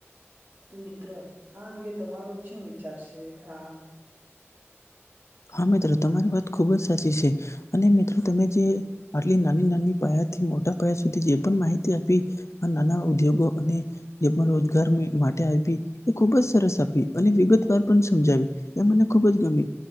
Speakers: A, on the right; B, on the left.
A: તો મિત્ર હા અંગે તમારો છું વિ ચાર સે આ
B: હા મિત્ર તમારી વાત ખુબ જ સાચી છે. અને મિત્રો તમે જે આટલી નાની નાની પાયાથી મોટા પાયા સુધી જે પણ માહિતી આપી, નાના ઉદ્યોગો અને જે પણ રોજગાર મિ માટે આપી એ ખુબ જ સરસ આપી અને વિગતવાર પણ સમજાવી એ મને ખૂબ જ ગમી.